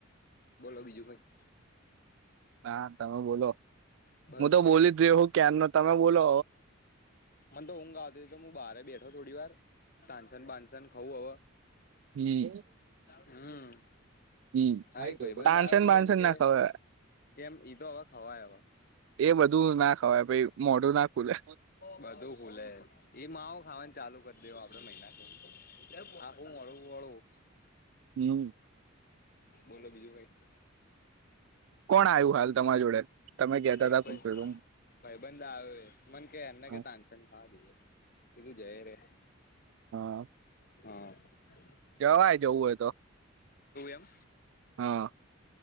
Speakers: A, on the left; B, on the right.
A: બોલો બીજું કઈ?
B: હા તમે બોલો
A: બસ
B: હું તો બોલી જ્યો હું ક્યાાર ન તમે બોલો
A: મને તો ઊંઘ આવતી તો હું બહારે બેઠો થોડી વાર તાનસેન બાનસેન ખઉં હવે
B: હમ
A: હમ.
B: હમ
A: એક ભાઈબંધ
B: માનસન
A: આવી
B: બાનસન
A: એમ કે
B: ના ખવાય
A: કેમ ઈતો હવે ખવાય હવ
B: એ બધું ના ખવાય પહી મોઢું ના ખુલે
A: બધું બોલે એ માવ ખાવાનું ચાલુ કરી દેવ આપડે મહિના <unintelligible> આ હું અળું અળું
B: હમ.
A: બોલો બીજું કય
B: કોણ આવ્યું હાલ તમારી જોડે તમે કેતા
A: એક
B: તા
A: ભાઈ
B: <unintelligible>
A: ભાઈબંધ આવે મને કે એમને
B: હા
A: કે તાનસેન ખવા દઈએ કીધું જયરે
B: હ.
A: હ.
B: જવાય જવું હોય તો
A: એમ
B: હ